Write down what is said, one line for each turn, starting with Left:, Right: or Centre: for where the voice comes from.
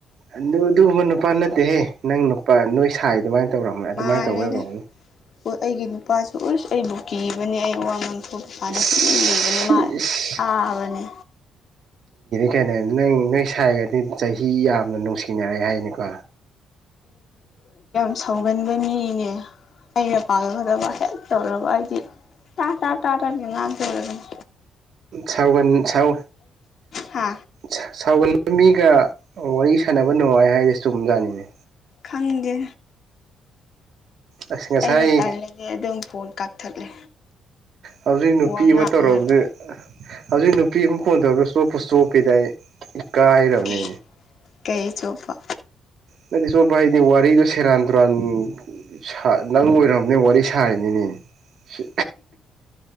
Right: ꯑꯗꯨꯒꯨꯝꯕ ꯅꯨ ꯅꯨꯄꯥ ꯅꯠꯇꯦꯍꯦ ꯅꯪ ꯅꯨꯄꯥ ꯅꯣꯏ ꯁꯥꯏ ꯑꯗꯨꯃꯥꯏꯅ ꯇꯧꯔꯝꯕꯅꯦ ꯑꯗꯨꯃꯥꯏꯅ
Left: ꯃꯥꯜꯂꯦꯗ
Right: ꯇꯧꯕ ꯑꯣꯏꯔꯝꯒꯅꯤ
Left: ꯍꯣꯏ ꯑꯩꯒꯤ ꯅꯨꯄꯥꯁꯨ ꯑꯣꯁ ꯑꯩꯕꯨ ꯀꯤꯕꯅꯦ ꯑꯩ ꯋꯥꯉꯦ ꯐꯥꯅꯦ
Right: ꯏꯁ
Left: ꯇꯨꯃꯤꯟ ꯂꯩꯕꯅꯦ ꯃꯥ
Right: ꯏꯁ
Left: ꯇꯥꯕꯅꯦ
Right: ꯀꯦꯅꯦ ꯅꯪ ꯅꯣꯏ ꯁꯥꯏꯒꯗꯤ ꯆꯍꯤ ꯌꯥꯝꯅ ꯅꯨꯡꯁꯤꯅꯔꯦ ꯍꯥꯏꯅꯦꯀꯣ
Left: ꯁꯧꯒꯟꯕ ꯃꯤꯅꯦ ꯑꯩꯅ ꯄꯥꯒꯐꯗꯕ ꯍꯦꯛ ꯇꯧꯔꯕ ꯑꯩꯗꯤ ꯇꯥ ꯇꯥ ꯇꯥ ꯇꯥꯅꯤ ꯉꯥꯟ ꯇꯧꯔꯕꯅꯤ
Right: ꯁꯥꯎꯒꯟ ꯁꯥꯎ
Left: ꯍꯥ
Right: ꯁꯥ ꯁꯥꯎꯒꯟꯕ ꯃꯤꯒ ꯋꯥꯔꯤ ꯁꯥꯟꯅꯕ ꯅꯨꯡꯉꯥꯏ ꯍꯥꯏꯖꯦ ꯆꯨꯝ ꯖꯥꯠꯅꯤꯅꯦ
Left: ꯈꯪꯗꯦ
Right: ꯑꯁ ꯉꯁꯥꯏ
Left: ꯑꯩꯅ ꯇꯥꯜꯂꯗꯤ ꯑꯗꯨꯝ ꯐꯣꯟ ꯀꯛꯊꯠꯂꯦ
Right: ꯍꯧꯖꯤꯛ ꯅꯨꯄꯤ
Left: ꯋꯥ ꯉꯥꯡꯉꯔꯣꯏ
Right: ꯑꯃ ꯇꯧꯔꯕꯗꯤ ꯍꯧꯖꯤꯛ ꯅꯨꯄꯤ ꯑꯃ ꯐꯣꯟ ꯇꯧꯔ ꯆꯣꯞꯄ ꯆꯣꯞꯄꯤꯗ ꯑꯩ ꯏꯀꯥꯏꯔꯕꯅꯦ
Left: ꯀꯩ ꯀꯩ ꯆꯣꯞꯄ
Right: ꯅꯗꯤ ꯆꯣꯞꯄ ꯍꯥꯏꯗꯤ ꯋꯥꯔꯤꯗꯣ ꯁꯦꯔꯥꯟ ꯇꯨꯔꯥꯟ ꯁꯥ ꯅꯪ ꯑꯣꯏꯔꯝꯅꯦ ꯋꯥꯔꯤ ꯁꯥꯔꯤꯅꯤꯅꯦ ꯁꯤ